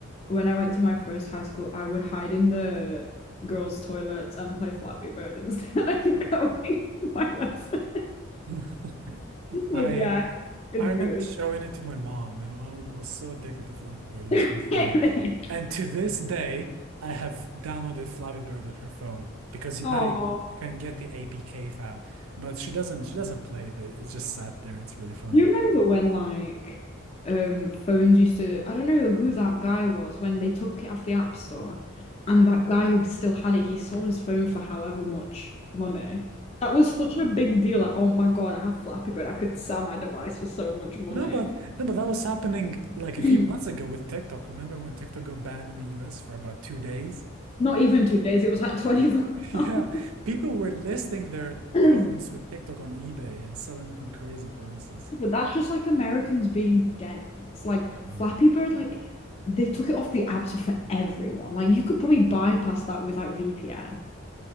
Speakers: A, on the left; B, on the right.
A: when I went to my first high school, I would hide in the girls' toilets and play Flappy Bird instead of <laughs> going to my lesson.
B: <laughs>
A: But
B: I
A: yeah, it's
B: I remember
A: good.
B: showing it to my mom, and my mom like, was so addicted to Flappy Bird. It was really
A: <laughs>
B: funny. And to this day, I have downloaded Flappy Bird on her phone because you
A: Oh,
B: now you, you can get the APK file, but she doesn't she doesn't play, but it just sat there. It's really funny.
A: you remember when like um phones used to, I don't know who that guy was when they took it off the App Store and that guy who still had it, he sold his phone for however much money. That was such a big deal. Like, oh my God, I have Flappy Bird. I could sell my device for so much money.
B: No, but no, but that was happening like a
A: <clears throat>
B: few months ago with TikTok. Remember when TikTok got banned in the US for about two days?
A: Not even two days, it was like <laughs> 24
B: <laughs> Yeah,
A: hours.
B: people were listing their
A: <clears throat>
B: phones with TikTok on eBay and selling them for crazy prices.
A: but that's just like Americans being dense. Like
B: Mm.
A: Flappy Bird, like they took it off the app store for everyone. Like you could probably bypass that with like VPN,